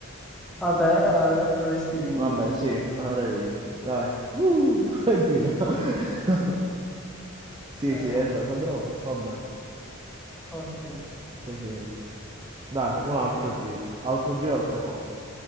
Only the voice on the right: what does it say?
Vabbè,
sì, avrei vinto. Dai. Uh, evviva. <laughs> Sì,
sì, è andata troppo. Va bene,
così. Dai,
un altro giro. Altro giro, altra cosa.